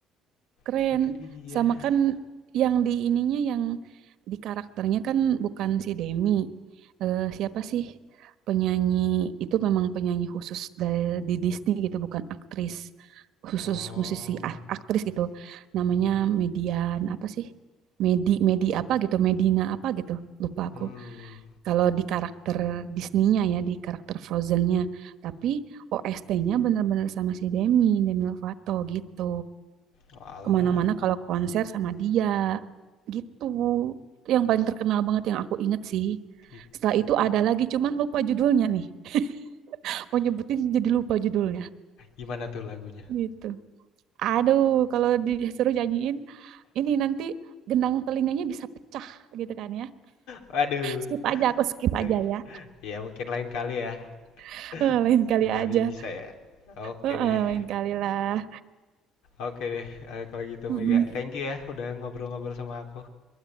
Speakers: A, on the right; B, on the left.
A: keren.
B: Ternyata dia.
A: Sama kan yang di ininya yang di karakternya kan bukan si Demi. Eh, siapa sih penyanyi itu memang penyanyi khusus dari di Disney gitu, bukan aktris khusus
B: Oh.
A: musisi a- aktris gitu. Namanya
B: mm
A: Median apa sih? Medi Medi apa gitu, Medina apa gitu. Lupa
B: Hmm.
A: aku. Kalau di karakter Disney-nya ya, di karakter Frozen-nya. Tapi OST-nya benar-benar sama si Demi, Demi Lovato gitu.
B: Walah,
A: Kemana-mana kalau konser sama dia gitu. Itu yang paling terkenal banget yang aku inget sih.
B: gitu.
A: Setelah itu ada lagi, cuman lupa judulnya nih. <laughs> Mau nyebutin jadi lupa judulnya
B: Gimana tuh lagunya?
A: gitu. Aduh, kalau disuruh nyanyiin, ini nanti gendang telinganya bisa pecah gitu kan ya.
B: Waduh.
A: Skip aja, aku skip aja
B: <laughs>
A: ya.
B: Ya mungkin lain kali ya.
A: <laughs> Eh, Lain
B: Lain
A: kali aja.
B: kali bisa ya. Oke
A: Eh, eh,
B: deh.
A: lain kali lah.
B: Oke deh. Eh, kalau gitu
A: Mm-mm.
B: Mega, thank you ya udah ngobrol-ngobrol sama aku.